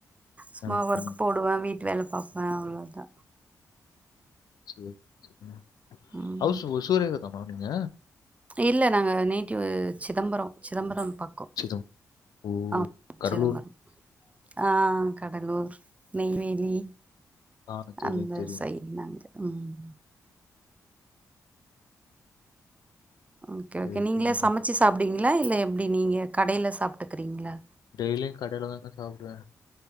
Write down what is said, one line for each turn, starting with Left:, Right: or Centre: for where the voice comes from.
Right: சும்மா
Left: அ,
Right: ஒர்க்
Left: ம்.
Right: போடுவ வீட்டு வேல பாப்ப அவ்ளோ தா
Left: சேரி சேரி
Right: ம்
Left: ஹவுஸ் ஓசூரே தாமா நீங்க
Right: இல்ல நாங்க நேட்டிவ் சிதம்பர சிதம்பர பக் க்க
Left: சேதம் ஓ!
Right: ஆ
Left: கடலூர்.
Right: சிதம்பரம் ஆ கடலூர் நெய்வேலி
Left: ஆ தெரியும்,
Right: அந்த
Left: தெரியும்.
Right: சைடுனாங்க ம் ஓகே
Left: சரி,
Right: ஓகே நீங்களே
Left: சரிங்க.
Right: சமைச்சி சாப்புடுவிங்களா இல்ல எப்டி நீங்க கடையில சாப்ட்டுக்குறீங்களா
Left: டெய்லியு கடையில தாங்க சாப்டுவ